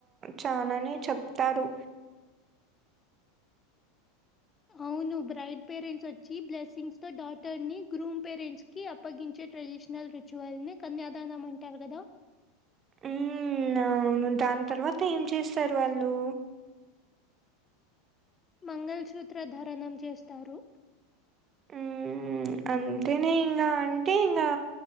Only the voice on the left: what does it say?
అవును బ్రైడ్ పేరెంట్స్ వచ్చి బ్లెస్సింగ్స్ తో డాటర్ ని గ్రూమ్ పేరెంట్స్ కి అప్పగించే ట్రెడిషనల్ రిచువల్ని కన్యాదానం అంటారు కదా
మంగళసూత్ర ధరనం చేస్తారు